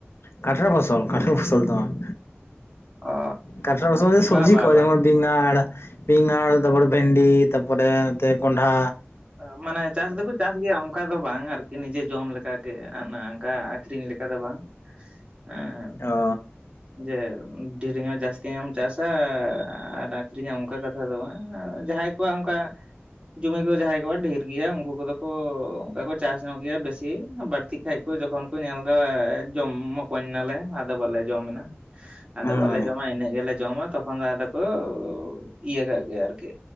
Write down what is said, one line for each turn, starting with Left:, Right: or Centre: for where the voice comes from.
Left: ᱠᱟᱴᱷᱮᱨ ᱯᱷᱚᱥᱚᱞ ᱠᱟᱴᱷᱟᱞ ᱯᱷᱚᱥᱚᱞ ᱫᱚ ᱵᱟᱝ
Right: ᱚᱻ
Left: ᱠᱟᱴᱷᱮᱨ ᱯᱷᱚᱥᱚᱞ ᱫᱚ ᱥᱚᱵᱽᱡᱤ
Right: ᱵᱟ ᱵᱟ
Left: ᱠᱚ
Right: ᱵᱟ
Left: ᱡᱮᱢᱚᱱ ᱵᱤᱸᱜᱟᱲ ᱵᱤᱸᱜᱟᱲ ᱛᱟᱯᱚᱲᱮ ᱵᱷᱮᱱᱰᱤ ᱛᱟᱯᱚᱨᱮ ᱱᱚᱛᱮ ᱠᱚᱱᱰᱷᱟ᱾
Right: ᱟᱻ ᱢᱟᱱᱮ ᱪᱟᱥ ᱫᱚᱠᱚ ᱪᱟᱥ ᱜᱮᱭᱟ ᱚᱱᱠᱟ ᱫᱚ ᱵᱟᱝ ᱟᱨᱠᱤ ᱱᱤᱡᱮ ᱡᱚᱢ ᱞᱮᱠᱟ ᱜᱮ ᱚᱱᱟ ᱟᱝᱠᱟ ᱟᱠᱷᱨᱤᱧ ᱞᱮᱠᱼᱼ ᱠᱟ ᱫᱚ ᱵᱟᱝ ᱮᱸ᱾
Left: ᱚ
Right: ᱡᱮ ᱰᱷᱤᱨᱤ ᱧᱚᱜ ᱡᱟᱥᱛᱤ ᱧᱚᱜ ᱮᱢ ᱪᱟᱥᱟ ᱟᱨ ᱟᱠᱷᱨᱤᱧᱟᱢ‌ ᱚᱱᱠᱟ ᱠᱟᱛᱷᱟ ᱫᱚ ᱵᱟᱝ ᱟᱨ ᱡᱟᱦᱟᱸᱭ ᱠᱚᱣᱟᱜ ᱚᱱᱠᱟ ᱡᱩᱢᱤ ᱠᱚ ᱡᱟᱦᱟᱸᱭ ᱠᱚᱣᱟᱜ ᱰᱷᱮᱨ ᱜᱮᱭᱟ ᱩᱱᱠᱩ ᱠᱚᱫᱚ ᱠᱚ ᱚᱱᱠᱟ ᱠᱚ ᱪᱟᱥ ᱧᱚᱜ ᱜᱮᱭᱟ ᱵᱮᱥᱤ ᱵᱟᱲᱛᱤᱜᱼᱼ ᱠᱷᱟᱡ ᱠᱚ ᱡᱚᱠᱷᱚᱱ ᱠᱚ ᱧᱮᱞ ᱫᱟ ᱮᱻ ᱡᱚᱢ ᱢᱚᱠᱚᱧ ᱱᱟᱞᱮ ᱟᱫᱚ ᱵᱟᱞᱮ ᱡᱚᱢ ᱮᱱᱟ ᱟᱫᱚ
Left: ᱦᱳᱭ
Right: ᱵᱟᱞᱮ ᱡᱚᱢᱟ ᱤᱱᱟᱹᱜ ᱜᱮᱞᱮᱼᱼ ᱡᱚᱢᱟ ᱛᱚᱠᱷᱚᱱ ᱫᱚ ᱟᱫᱚ ᱠᱚ ᱳᱻ ᱤᱭᱟᱹ ᱠᱟᱜ ᱜᱮ ᱟᱨᱠᱤ